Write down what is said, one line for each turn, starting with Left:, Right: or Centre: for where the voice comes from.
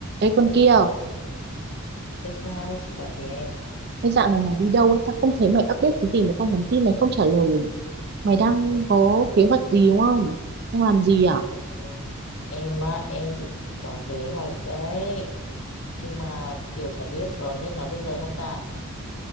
Right: Ê con kia,
Left: Ê sao chị bảo gì em?
Right: cái dạo này mày đi đâu ấy, tao không thấy mày update cái gì mà tao nhắn tin mày không trả lời. Mày đang có kế hoạch gì đúng không? Đang làm gì à?
Left: Ồ, em á, em thì cũng có kế hoạch đấy. Nhưng mà kiểu chả biết có nên nói bây giờ không ta?